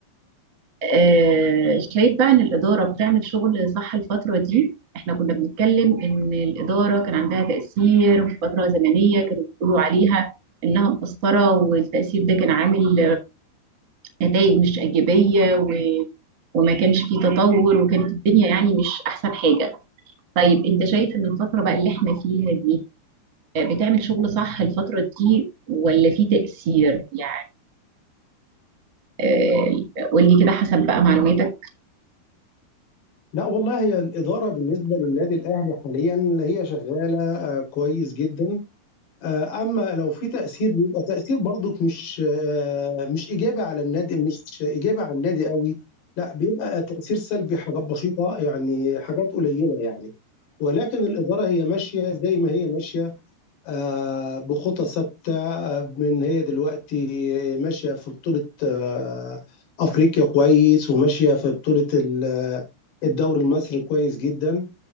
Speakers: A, on the right; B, on the left.
A: آه، شايف بقى ان الاداره بتعمل شغل صح الفتره دي احنا كنا بنتكلم ان الاداره كان عندها تاثير في فتره زمنيه كانوا بيقولوا عليها انها مقصره والتاثير ده كان عامل نتائج مش ايجابيه و... وما كانش فيه تطور وكانت الدنيا يعني مش احسن حاجه طيب انت شايف ان الفتره بقى اللي احنا فيها دي آه، بتعمل شغل صح الفتره دي ولا في تاثير يعني آه، قول لي كده حسب بقى معلوماتك
B: لا والله هي الإدارة بالنسبة للنادي الأهلي حاليا هي شغالة آه، كويس جدا آه، أما لو في تأثير بيبقى تأثير برضك مش آه، مش إيجابي على النادي مش إيجابي على النادي قوي لا بيبقى تأثير سلبي حاجات بسيطة يعني حاجات قليلة يعني ولكن الإدارة هي ماشية زي ما هي ماشية آه، بخطى ثابته آه، من هي دلوقتي ماشيه في بطوله آه، افريقيا كويس وماشيه في بطوله ال- آه، الدوري المصري كويس جدا